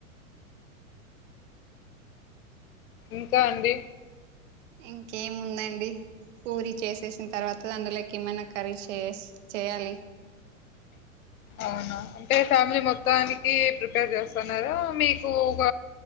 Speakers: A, on the left; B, on the right.
A: ఇంకా అండి
B: ఇంకేముందండి పూరి చేసేసిన తర్వాత అందులోకి ఏమైనా కర్రీ చేస్ చేయాలి
A: అవునా అంటే ఫ్యామిలీ మొత్తానికి ప్రిపేర్ చేస్తా ఉన్నారా మీకు ఒక